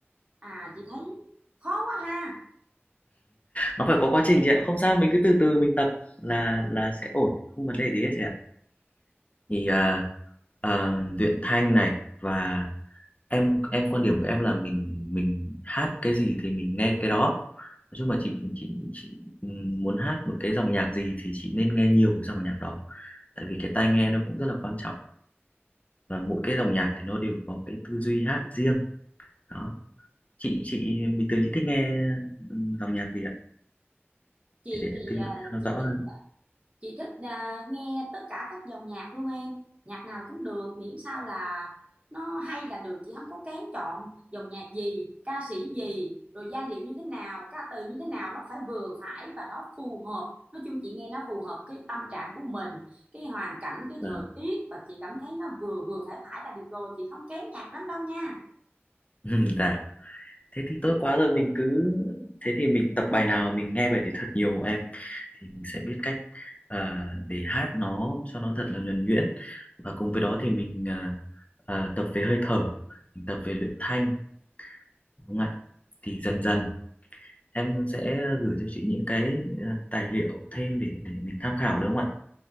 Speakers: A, on the right; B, on the left.
A: à chị thấy khó quá ha
B: nó phải có quá trình chị ạ không sao mình cứ từ từ mình tập là là sẽ ổn không vấn đề gì hết chị ạ thì à, à, luyện thanh này và em em quan điểm của em là mình mình hát cái gì thì mình nghe cái đó nói chung là chị chị chị ừm, muốn hát một cái dòng nhạc gì thì chị nên nghe nhiều cái dòng nhạc đó tại vì cái tai nghe nó cũng rất là quan trọng và mỗi cái dòng nhạc thì nó đều có cái tư duy hát riêng đó chị chị bình thường chị thích nghe ừm, dòng nhạc gì ạ
A: chị
B: thì để em
A: thì
B: tư
A: à,
B: vấn cho nó
A: chị
B: rõ hơn
A: chị thích à, nghe tất cả các dòng nhạc luôn em nhạc nào cũng được miễn sao là nó hay là được chị không có kén chọn dòng nhạc gì ca sĩ gì rồi giai điệu như thế nào ca từ như thế nào nó phải vừa phải và nó phù hợp nói chung chị nghe nó phù hợp cái tâm trạng của mình cái hoàn cảnh cái
B: Ờ.
A: thời tiết và chị cảm thấy nó vừa vừa phải phải là được rồi chị không kén nhạc lắm đâu nha
B: <laughs> dạ thế thì tốt quá rồi mình cứ thế thì mình tập bài nào mình nghe bài đấy thật nhiều em thì mình sẽ biết cách ờ, để hát nó cho nó thật là nhuần nhuyễn và cùng với đó thì mình ờ, ờ, tập về hơi thở mình tập về luyện thanh đúng không ạ thì dần dần em sẽ gửi cho chị những cái ờ, tài liệu thêm để để mình tham khảo đúng không ạ